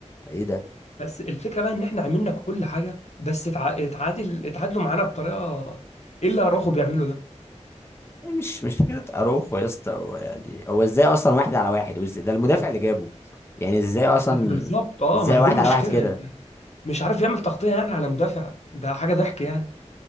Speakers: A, on the left; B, on the left.
A: ايه ده
B: بس الفكره بقى ان احنا عملنا كل حاجه بس اتع- اتعادل اتعادلوا معانا بطريقه ايه اللي اراخو بيعمله ده
A: إيه، مش مش فكره اروخو يا اسطى هو يعني هو ازاي اصلا واحد على واحد وازاي ده المدافع اللي جابه يعني ازاي اصلا
B: بالظبط اه
A: ازاي
B: ما هي
A: واحد
B: دي المشكله
A: على واحد كده
B: يعني مش عارف يعمل تغطيه يعني على مدافع ده حاجه ضحك يعني